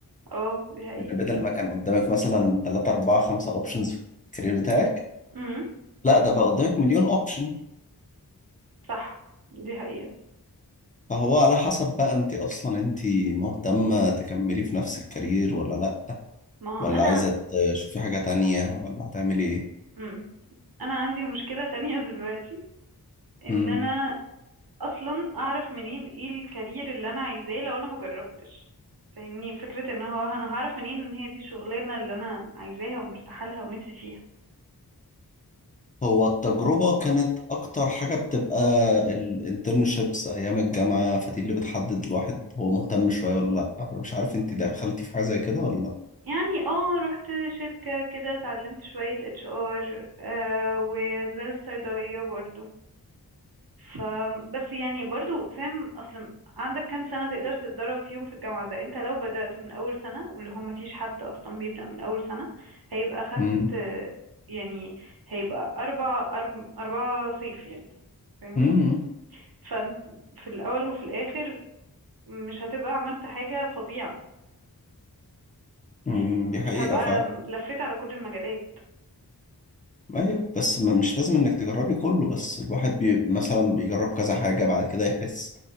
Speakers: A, on the right (about 65°); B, on the left (about 20°).
A: <laughs> اه دي حقيقه
B: ان بدل ما كان قدامك مثلا 3 4 5 اوبشنز في الكارير بتاعك
A: امم
B: لا ده بقى قدامك مليون اوبشن
A: صح دي حقيقه
B: فهو على حسب بقى انت اصلا انت مهتمة تكملي في نفس الكارير ولا لا
A: ما
B: ولا
A: هو انا
B: عايزة تشوفي حاجة تانية ولا هتعملي ايه
A: مم. انا عندي مشكلة تانية دلوقتي ان
B: مم.
A: انا اصلا اعرف منين ايه الكارير اللي انا عايزاه لو انا مجربتش فاهمني فكرة ان هو انا هعرف منين ان هي دي الشغلانة اللي انا عايزاها ومرتاحة لها ونفسي فيها
B: هو التجربة كانت اكتر حاجة بتبقى الانترنشيبس ايام الجامعة فدي اللي بتحدد الواحد هو مهتم شوية ولا لا مش عارف انت دخلتي في حاجة زي كده ولا لا
A: يعني اه رحت شركة كده اتعلمت شوية اتش ار آه ونزلت صيدلية برضو فبس يعني برضو فاهم اصلا عندك كام سنة تقدر تتدرب فيهم في الجامعة ده انت لو بدأت من اول سنة واللي هم مفيش حد اصلا بيبدأ من اول سنة هيبقى خدت
B: مم.
A: يعني هيبقى اربع أرب- اربعة صيف يعني فاهمني
B: مم.
A: فانت في الاول وفي الاخر مش هتبقى عملت حاجة فظيعة
B: مم.
A: يعني مش
B: دي حقيقة
A: هبقى
B: فعلا
A: لفيت على كل المجالات
B: ايوه بس ما- مش لازم انك تجربي كله بس الواحد بي مثلا بيجرب كذا حاجة بعد كده يحس